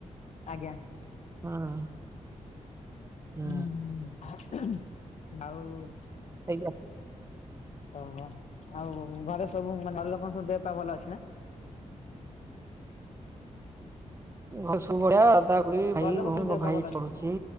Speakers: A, on the left; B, on the right.
A: ଆଜ୍ଞା।
B: ହଁ।
A: ହୁଁ
B: ହୁଁ
A: ଆଉଉ।
B: ଖାଇକରି ଆସୁଚି।
A: ଓହୋ ଆଉ ଘରେ ସବୁ ମାନେ ଘରଲୋକଙ୍କ ସବୁ ଦେହ ପା ଭଲ ଅଛି ନା?
B: ଘରେ ସବୁ ବଡ଼ ଅଦା ଖୁଡି ଭାଇଭଉଣୀ
A: ଘର ଲୋକ ସବୁ ଦେହ
B: ମୋ
A: ପା
B: ଭାଇ
A: ଭଲ
B: ଏଠି
A: ଅଛି
B: ପଢୁଛି।
A: ନା?